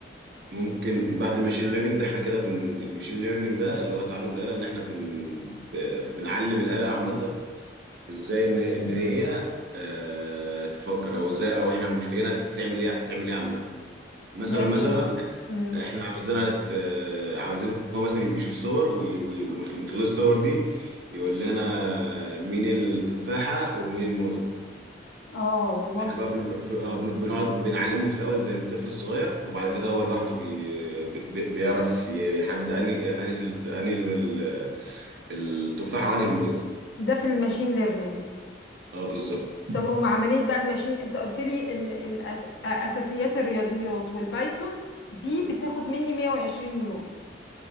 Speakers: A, on the right; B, on the left.
A: ممكن بعد الماشين ليرنينج ده احنا كده بن... الماشين ليرنينج ده اللي هو تعلم الآلة ان احنا بن... ب... بنعلم الآلة عامة ازاي ان ان هي اه... تفكر او ازاي او احنا محتاجينها تعمل ايه تعمل ايه عامة مثلا
B: يعني
A: مثلا
B: ايه امم
A: احنا عاوزينها ت... عاوزين هو مثلا يشوف صور وي... وي... ومن خلال الصور دي يقول لنا مين التفاحة ومين الموزة
B: اه والله
A: احنا بقى بن- ب- آه، بن- بنقعد بنعلمه في الاول زي الطفل الصغير وبعد كده هو لوحده بي... بي... بيعرف ي- يحدد انهي انهي الت- انهي الم- ال- التفاحه وانهي الموزه
B: ده في الماشين ليرنينج
A: اه بالظبط
B: طب ومع عملية بقى الماشين انت قلت لي ال... ال... أس- اساسيات الرياضيات والبايثون دي بتاخد مني 120 يوم